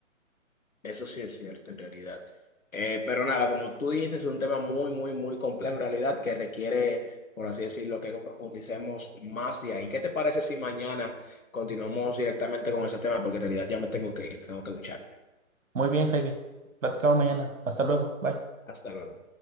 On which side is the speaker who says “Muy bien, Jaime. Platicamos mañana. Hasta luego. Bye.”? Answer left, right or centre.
Right